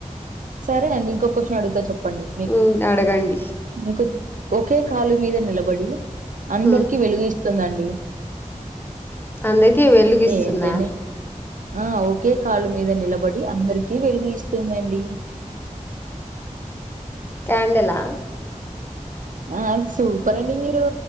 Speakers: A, on the right; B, on the left.
A: సరే అండి ఇంకొ క్యూస్షన్ అడుగుత చెప్పండి మీకు
B: హ్మ్. అడగండి
A: నీకు ఒకే కాలు మీద నిలబడి అందర్
B: ఉ
A: వెలుగీస్తుందండి
B: అందరికి వెలుగిస్తుందా
A: ఏంటండి ఆ ఓకే కాలు మీద నిలబడి అందరికీ వెలుగు ఇస్తుందండి
B: క్యాండెల
A: ఆ సూపర్ అండి మీరు